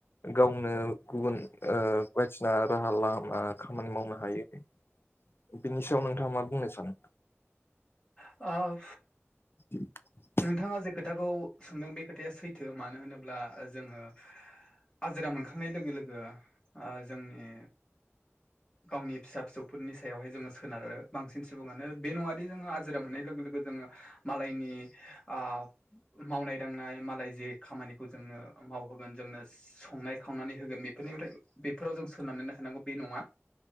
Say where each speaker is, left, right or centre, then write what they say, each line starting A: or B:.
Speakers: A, on the left; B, on the left.
A: गावनो गुबुन ओ बायदिसिना राहा लामा खामानि मावनो हायो बिनि सायाव नोंथाङा मा बुंनो सानो
B: आ
A: <inaudible>
B: नोंथाङा जे खोथाखौ सोंदों बे खोथाया सैथो मानो होनोब्ला जोङो आजिरा मोनखांनाय लोगो लोगो ओ जोंनि गावनि फिसा फिसौफोरनि सायावहाय जोङो सोनारो बांसिन सुबुङानो बे नङादि जोङो आजिरा मोननाय लोगो लोगो जोङो मालायनि आ मावनाय दांनाय मालाय जे खामानिखौ जोंनो मावहोगोन जोंनो संनाय खावनानै होगोन बेफोरनिफ्राय बेफोराव जों सोनारनानै थानांगौ बे नङा